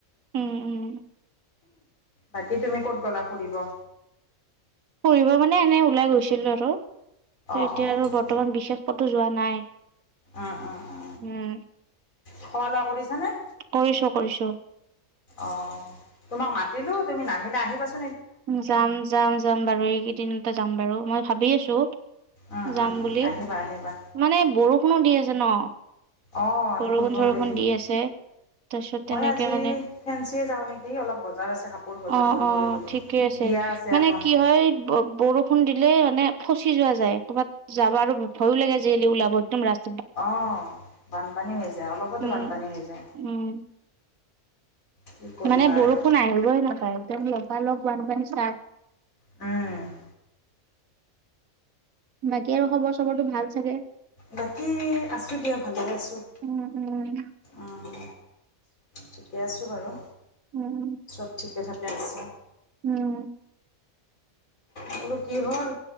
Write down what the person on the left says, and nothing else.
বাকী তুমি ক'ত গ'লা ফুৰিব-
অঁ
অঁ
অঁ
উ উ উ
খোৱা লোৱা কৰিছানে-
অঁ তোমাক মাতিলোঁ তুমি নাহিলা আহিবাচোঁন-
উম
উম উম
আহিবা আহিবা
অঁ
সেইটো হয়-
মই
আজি
ফেঞ্চিয়ে যাওঁ নেকি অলপ বজাৰ আছে কাপোৰ বজাৰ
কৰিব
লাগিব-
বিয়া
এখন
অঁ বানপানী হৈ যায় অলপতে
বানপানী হৈ যায়-
কি কৰিবা
আৰু
উম-
বাকী আছোঁ দিয়া ভালে আছোঁ
উম, ঠিকে আছোঁ বাৰু
চব ঠিকে থাকে আছে
বোলো কি হ'ল